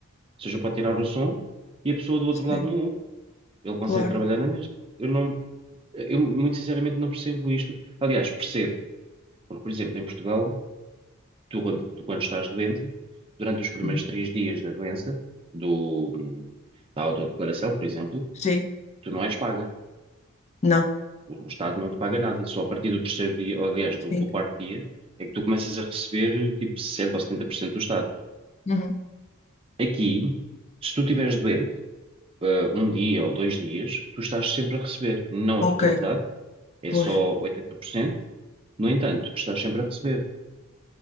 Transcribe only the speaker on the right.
ou seja, pode tirar o som e a pessoa do outro
lado não ouve. Ele consegue
trabalhar na mesma. Eu não, eu muito sinceramente não percebo isto. Aliás, percebo Porque, por exemplo, em Portugal, tu quando, tu quando estás doente, durante os primeiros
três dias da doença, do, da autodeclaração, por exemplo,
tu não és paga.
O, o Estado não te paga nada. Só a partir do terceiro dia, ou, aliás, do,
do quarto dia, é que tu começas a receber tipo 60 ou 70% do Estado.
Aqui, se tu estiveres doente, eh, um dia ou dois dias, tu estás sempre a receber. Não a totalidade,
é
só 80%. No entanto, estás sempre a receber.